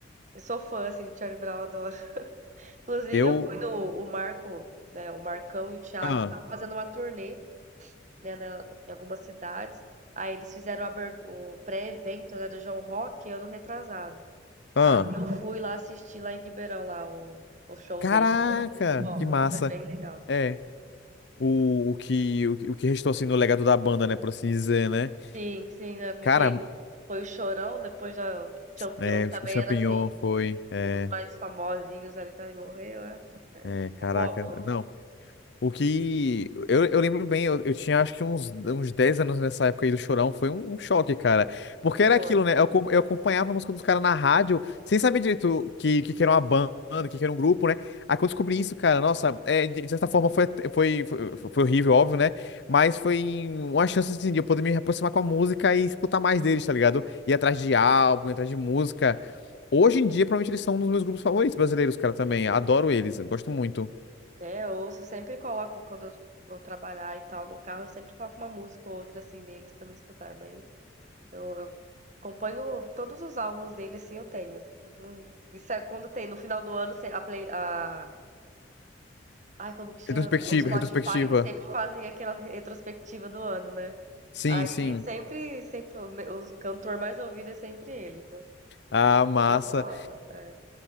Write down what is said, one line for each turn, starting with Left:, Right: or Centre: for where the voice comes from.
Right: eu sou fã, assim, de Charlie Brown, adoro. <laughs> Inclusive,
Left: Eu.
Right: eu fui no o Marco, né? O Marcão e o Thiago
Left: Ah,
Right: estavam fazendo uma turnê, né, na- em algumas cidades. Aí eles fizeram a abert- o pré-evento, né, do João Rock ano retrasado.
Left: ah.
Right: Aí eu fui lá assistir lá em Ribeirão, lá, o, o show
Left: Caraca,
Right: deles. Foi muito bom,
Left: que massa.
Right: foi bem legal.
Left: É, o, o que, o, que o que restou assim no legado da banda, né, por assim dizer, né?
Right: Sim, sim, né? Porque
Left: Cara,
Right: Foi o Chorão, depois já o Champião
Left: é,
Right: que também
Left: o Champignon
Right: era assim,
Left: foi. É,
Right: um dos mais famosinhos ali também morreu, é.
Left: é, caraca.
Right: Acabou a banda,
Left: Não. O que. Eu, eu lembro bem, eu, eu tinha acho que uns, uns 10 anos nessa época aí do Chorão, foi um, um choque, cara. Porque era
Right: foi.
Left: aquilo, né? Eu, acom- eu acompanhava a música dos caras na rádio, sem saber direito que, que, que era uma banda, que, que era um grupo, né? Aí quando eu descobri isso, cara, nossa, é, de de certa forma foi, até- foi, foi, foi horrível, óbvio, né? Mas foi uma chance, assim, de eu poder me aproximar com a música e escutar mais deles, tá ligado? Ir atrás de álbum, ir atrás de música. Hoje em dia, provavelmente eles são um dos meus grupos favoritos brasileiros, cara, também. Adoro eles, eu gosto muito.
Right: É, eu ouço, sempre coloco quando eu vou trabalhar e tal no carro, eu sempre coloco uma música ou outra assim deles pra me escutar, é bem. Eu, eu acompanho todos os álbuns dele, assim, eu tenho. Isso é quando tem no final do ano, se- a play, a ai, como que chama?
Left: Retrospectiva,
Right: O Spotify,
Left: retrospectiva.
Right: eles sempre fazem aquela retrospectiva do ano, né?
Left: Sim,
Right: Aí
Left: sim.
Right: sempre, sempre o me- o cantor mais ouvido é sempre ele, né?
Left: Ah, massa.
Right: Total, é.